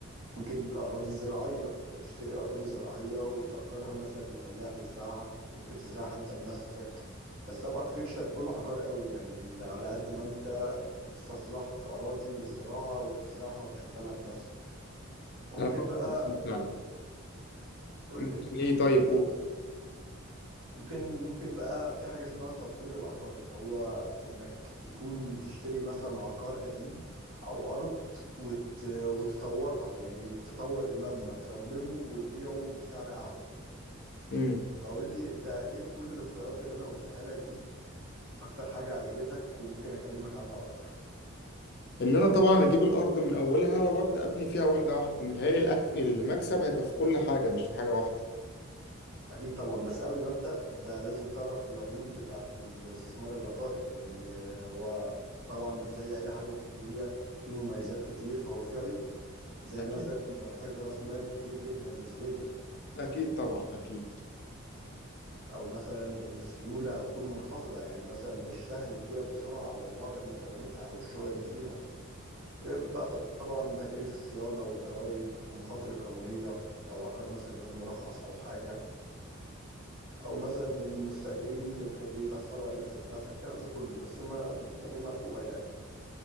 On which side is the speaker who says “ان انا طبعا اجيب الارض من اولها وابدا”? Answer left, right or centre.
Left